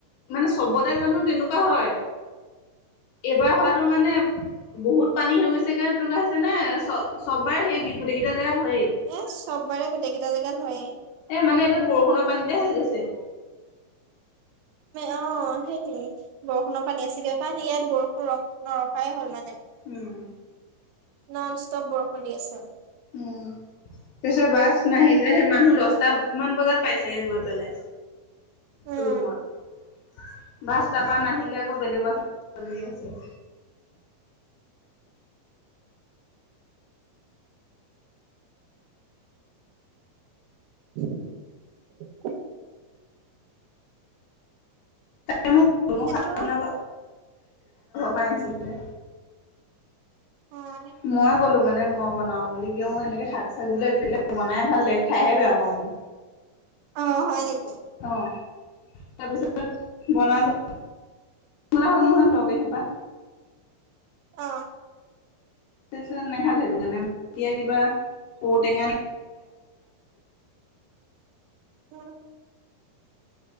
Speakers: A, on the left; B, on the right.
A: মানে চবতে জানো তেনেকুৱা হয়। এইবাৰ হোৱাটো মানে। বহুত পানী হৈ গৈছে কাৰণে তেনেকুৱা হৈছে নে চ চব বাৰে সেই গোটেই কেইটা জেগাত হয়েই।
B: এ চব বাৰে গোটেই কেইটা জেগাত হয় য়েই।
A: এ মানে এইটো বৰষুণৰ পানীতে হৈ গৈছে।
B: অ সেইটোৱেই বৰষুণৰ পানী আছিলে কাৰণে ইয়াত বৰষুণ ৰ নৰখাই হ'ল মানে।
A: উম
B: নন ষ্টপ বৰষুণ দি আছে।
A: উম তাৰপাছত বাছ নাহিলে মানুহ দছটা মান বজাত পাইছেগে গৈ পেলাই।
B: উম,
A: ৰুমত বাছ তাৰপা নাহিলে আকৌ বেলেগ বাছত আহিব লগিয়া হৈছে।
B: <unintelligible>
A: তাই মোক সিহঁতৰ
B: সেইটো
A: ঘৰ পৰা আনিছিলে।
B: অ
A: মই ক'লো মানে মই বনাওঁ বুলি কিয় মই এনেকে শাক চাক বিলাক দিলে বনাই ভাল লাগে খাইহে বেয়া পাওঁ মই।
B: অ হয় নেকি।
A: অ তাৰপিছত বনালো। তোলা হ'ল নহয় তৰকাৰী সোপা।
B: অ,
A: তাৰপিছত নাখালে সেইটো কাৰণে এতিয়া কিবা ঔটেঙা।
B: উম।